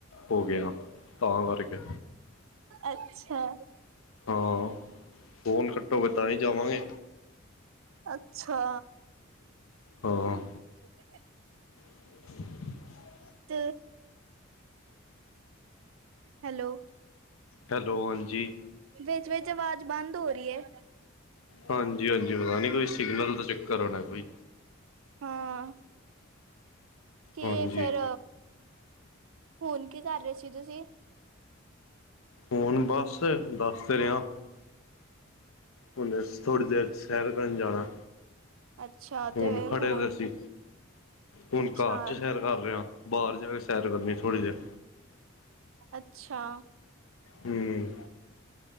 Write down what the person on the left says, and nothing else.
ਹੋ ਗਯਾਂ ਤਾਂ ਕਰਕੇ।
ਹਾਂ, ਫੋਨ ਕੱਟੋਗੇ
ਤਾਂਈ ਜਾਵਾਂਗੇ।
ਹਾਂ।
<inaudible>
ਹੈਲੋ ਹਾਂਜੀ।
ਹਾਂਜੀ-ਹਾਂਜੀ, ਪਤਾ ਨੀ ਕੋਈ ਸਿਗਨਲ ਦਾ ਚੱਕਰ ਹੋਨਾ ਕੋਈ।
ਹਾਂਜੀ
ਹੁਨ ਬਸ ਦਸ ਤੇ ਰੇਆਂ ਹੁਨੇਸ ਥੋੜੀ ਦੇਰ ਸੈਰ ਕਰਨ ਜਾਣਾ।
ਹੁਨ
ਖੜੇ
ਦੇ ਸੀ, ਹੁਨ
ਘਾਰ 'ਚ ਸੈਰ ਕਰ ਰੇਆਂ। ਬਾਰ ਜਾ ਕੇ ਸੈਰ ਕਰਨੀ ਥੋੜੀ ਦੇਰ।
ਹਮ।